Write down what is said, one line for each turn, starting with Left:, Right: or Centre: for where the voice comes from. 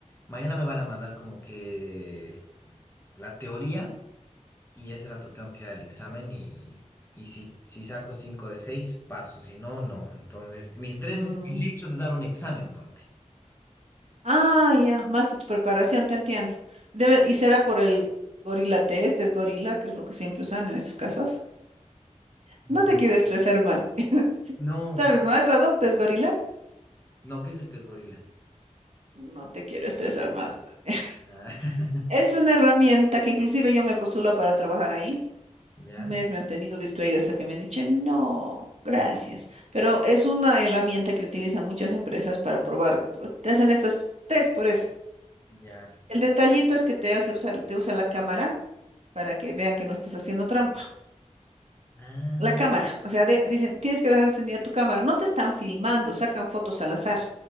Left: mañana me van a mandar como que la teoría y ese rato tengo que dar el examen y, y si, si saco 5 de 6 paso, si no, no. Entonces, mi estrés
Right: Mm.
Left: es el hecho de dar un examen, ponte.
Right: Ah, ya, más de tu preparación, te entiendo. Debe y será por el gorila test, es gorila, que es lo que siempre usan en estos casos.
Left: N-
Right: No te quiero estresar más. <laughs>
Left: No,
Right: ¿Sabes, no? ¿Has dado test gorila?
Left: no, ¿qué es el test gorila?
Right: No te quiero estresar más. <laughs>
Left: Ah, <laughs>
Right: Es una herramienta que inclusive yo me postulo para trabajar ahí.
Left: ya,
Right: Un mes me han tenido distraída hasta que me han dicho, no, gracias. Pero es una herramienta que utilizan muchas empresas para probar. pu- Te hacen estos test por eso.
Left: ya.
Right: El detallito es que te hace usar, te usa la cámara para que vean que no estás haciendo trampa.
Left: Ah.
Right: La cámara, o sea, de- dicen, tienes que dejar encendida tu cámara. No te están filmando, sacan fotos al azar.